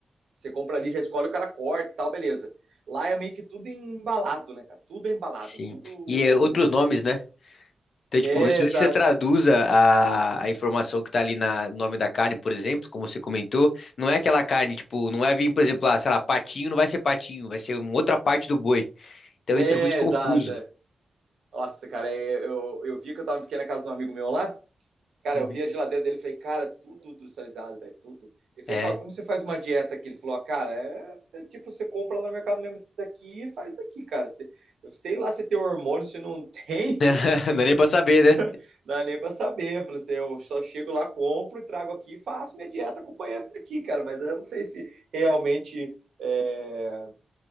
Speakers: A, on the right; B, on the left.
A: você compra ali, já escolhe, o cara corta e tal, beleza. Lá é meio que tudo embalado, né, cara? Tudo é embalado,
B: sim.
A: tudo.
B: E é, outros nomes, né? Então,
A: É,
B: tipo, se
A: exato.
B: você traduza a, a informação que tá ali na, no nome da carne, por exemplo, como você comentou, não é aquela carne, tipo, não é vir, por exemplo, lá, sei lá, patinho, não vai ser patinho, vai ser uma outra parte do boi. Então
A: É,
B: isso é muito confuso.
A: exata. Nossa, cara, é, eu, eu vi que eu tava fiquei na casa de um amigo meu lá. Cara,
B: Uhum.
A: eu vi a geladeira dele e falei, cara, tudo industrializado, velho, tudo. Eu falei,
B: É,
A: cara, como você faz uma dieta aqui? Ele falou, ah, cara, é, é tipo, você compra lá no mercado mesmo isso daqui e faz aqui, cara. Você- eu sei lá se tem hormônio, se não tem,
B: <laughs> não é nem pra saber, né?
A: <laughs> não dá nem pra saber. Eu falei assim, eu só chego lá, compro e trago aqui e faço minha dieta acompanhando isso aqui, cara. Mas eu não sei se realmente é,